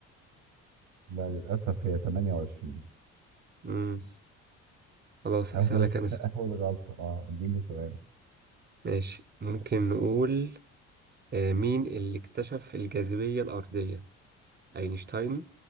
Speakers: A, on the right; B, on the right.
A: لا للأسف هي 28
B: مم. خلاص اسألك
A: أول
B: انا سؤال.
A: <laughs> أول غلطة اه اديني سؤال
B: ماشي ممكن نقول آه مين اللي اكتشف الجاذبية الأرضية اينشتاين